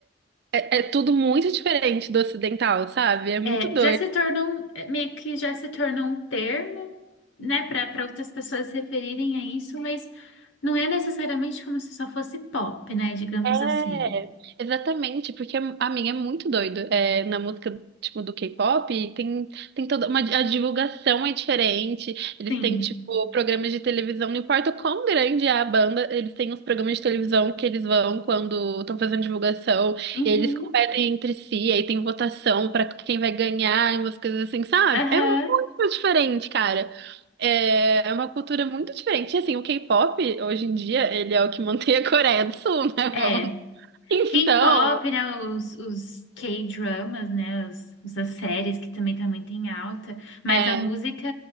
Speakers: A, on the right (about 55°); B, on the left (about 70°).
A: é, é tudo muito diferente do ocidental, sabe? É muito
B: É,
A: doido.
B: já se tornou um- é, meio que já se tornou um termo, né, para para outras pessoas se referirem a isso, mas não é necessariamente como se só fosse pop, né, digamos
A: É,
B: assim.
A: exatamente, porque a minha é muito doido. É, na música, tipo, do K-pop, tem, tem toda uma... A divulgação é diferente. Eles
B: Sim.
A: têm, tipo, programas de televisão. Não importa o quão grande é a banda, eles têm os programas de televisão que eles vão quando estão fazendo divulgação.
B: Uhum.
A: E eles competem entre si, aí tem votação pra quem vai ganhar, e umas coisas assim, sabe?
B: Aham.
A: É muito diferente, cara. É, é uma cultura muito diferente. E, assim, o K-pop, hoje em dia, ele é o que mantém a Coreia do Sul, né?
B: É.
A: <laughs> Então,
B: K-pop, né, os, os K-dramas, né, os, os- as séries que também também tem alta, mas
A: é.
B: a música